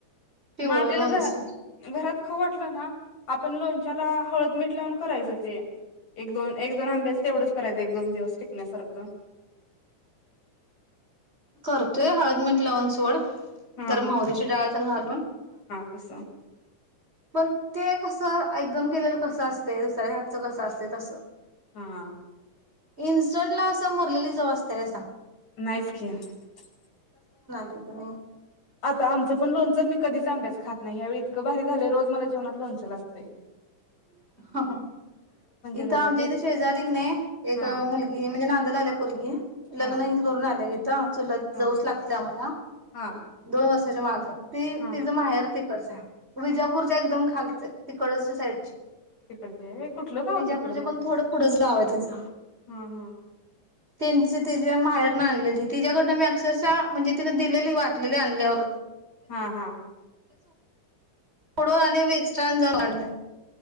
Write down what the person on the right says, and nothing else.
पिवळं
लोणचं
करतोय हळद मीठ लावून सोड
जरा मोहरीची डाळतेन घालून.
पण ते कसं एकदम केलेलं कसं असतय दुसऱ्याच्या हातचं कसं असतय तसं.
इन्स्टंट ला असं मुरलेली चव असतेय वय तसं
हिथ न.
<unintelligible> इथं
आमच्या
इथे शेजारी की नाय एक
मुलगी म्हणजे नांदयला आलीय पोरगी
लग्न कोण आलंय. ती आता चुलत
जाऊच लागते आम्हाला,
दोन वर्षाच्या माघ ती
तिचं माहेर- तड विजापूरच्या एकदम खालच तिकडच्या साईडची
विजापूरच्या
पण थोडं पुढंच गाव आहे तिचं.
त्यांच तिच्या माहेरन आणलेली तिच्याकडनं मी अक्षरशः म्हणजे तिनं दिलेली वाटलेली आणल्यावर.
तिच्याकडून आणि मिस्टरांनी जाऊन आणलय.